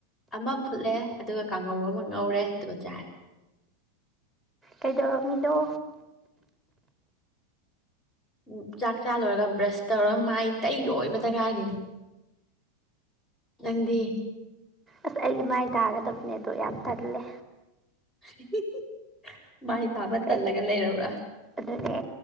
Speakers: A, on the left; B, in the centre.
A: ꯑꯃ ꯐꯨꯠꯂꯦ ꯑꯗꯨꯒ ꯀꯥꯡꯉꯧ ꯑꯃ ꯉꯧꯔꯦ ꯑꯗꯨꯒ ꯆꯥꯔꯦ
B: ꯀꯩꯗꯧꯔꯝꯃꯤꯅꯣ
A: ꯎꯝ ꯆꯥꯛ ꯆꯥ ꯂꯣꯏꯔꯒ ꯕ꯭ꯔꯁ ꯇꯧꯔꯒ ꯃꯥꯏ ꯇꯩ ꯂꯣꯏꯕꯗꯉꯥꯏꯔꯤ ꯅꯪꯗꯤ
B: ꯑꯁ ꯑꯩ ꯃꯥꯏ ꯇꯥꯒꯗꯕꯅꯦ ꯑꯗꯣ ꯌꯥꯝ ꯇꯜꯂꯦ
A: ꯏꯍꯤ ꯍꯤ ꯍꯥꯏ ꯊꯥꯕ
B: ꯀꯩ
A: ꯇꯜꯂꯒ ꯂꯩꯔꯕ꯭ꯔꯥ
B: ꯑꯗꯨꯅꯦ